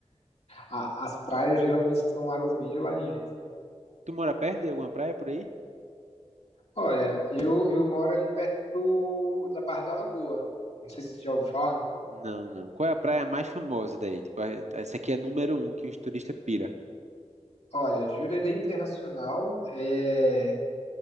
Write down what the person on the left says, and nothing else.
a- as praias geralmente são águas bem geladinhas.
Olha, eu, eu moro ali perto do- da Barra da Lagoa. Não sei se você já ouviu falar.
Olha, Jurerê Internacional é,